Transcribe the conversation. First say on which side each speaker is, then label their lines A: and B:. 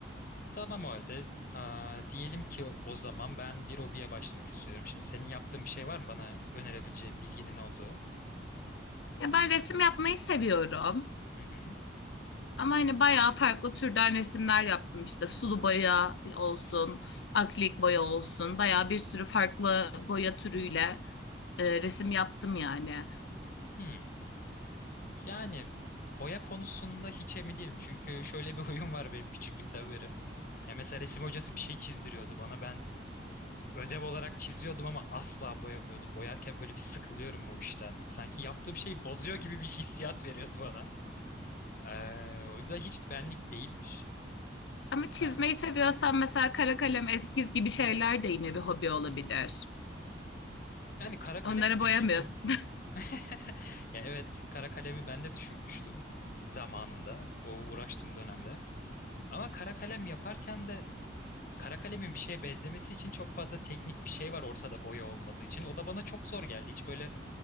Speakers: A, on the left (about 50°); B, on the left (about 75°).
A: Tamam o halde. Aa, diyelim ki o zaman ben bir hobiye başlamak istiyorum. Şimdi senin yaptığın bir şey var mı bana önerebileceğin bilginin olduğu?
B: Ya ben resim yapmayı seviyorum.
A: Hı hı.
B: Ama hani bayağı farklı türden resimler yaptım işte sulu boya olsun, akrilik boya olsun. Bayağı bir sürü farklı boya türüyle e, resim yaptım yani.
A: Hmm. Yani boya konusunda hiç emin değilim. Çünkü şöyle bir <laughs> huyum var benim küçüklükten beri. Ya mesela resim hocası bir şey çizdiriyordu bana. Ben ödev olarak çiziyordum ama asla boyamıyordum. Boyarken böyle bir sıkılıyorum o işten. Sanki yaptığım şeyi bozuyor gibi bir hissiyat veriyordu bana. Ee, o yüzden hiç benlik değilmiş.
B: Ama çizmeyi
A: Ha,
B: seviyorsan mesela kara kalem, eskiz gibi şeyler de yine bir hobi olabilir.
A: Yani kara kalemi
B: Onları
A: düşündüm.
B: boyamıyorsun. <laughs>
A: <laughs> Ya evet kara kalemi ben de düşünmüştüm zamanında o uğraştığım dönemde. Ama kara kalem yaparken de kara kalemin bir şeye benzemesi için çok fazla teknik bir şey var ortada boya olmadığı için. O da bana çok zor geldi. Hiç böyle